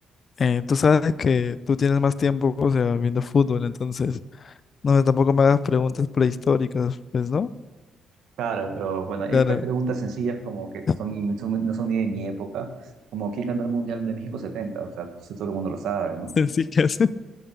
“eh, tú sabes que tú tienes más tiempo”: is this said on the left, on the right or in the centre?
Left